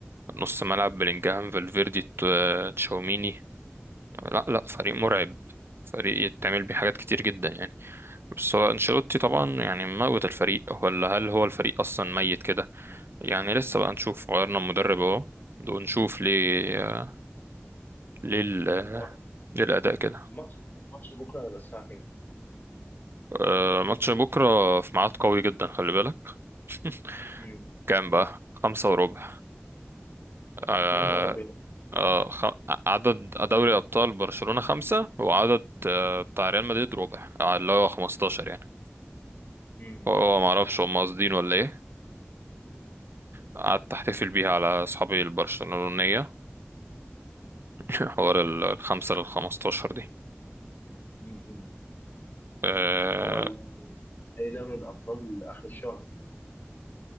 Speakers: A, on the right; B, on the left.
A: نص ملعب بلينجهام فالفيردي ت- تشاوميني لا لا فريق
B: امم
A: مرعب فريق يتعمل بيه حاجات كتير جدا يعني بس هو انشيلوتي طبعا يعني موت الفريق ولا هل هو الفريق اصلا ميت كده يعني لسه بقى نشوف غيرنا المدرب اهو ونشوف ليه ليه ال-
B: هو
A: ليه الاداء كده
B: الماتش الماتش بكره هيبقى الساعه كام
A: آه، ماتش بكرة في ميعاد قوي جدا خلي بالك <laughs>
B: امم
A: كام بقى خمسة وربع آه،
B: يا نهار ابيض
A: آه، خ... عدد دوري أبطال برشلونة خمسة وعدد آه، بتاع ريال مدريد ربع آه، اللي هو خمستاشر يعني
B: امم
A: هو ما أعرفش هم قاصدين ولا إيه قعدت أحتفل بيها على أصحابي البرشلونية <laughs> حوار ال- الخمسة للخمستاشر دي
B: امم
A: آه،
B: هو ال- نهائي دوري الأبطال آخر الشهر ده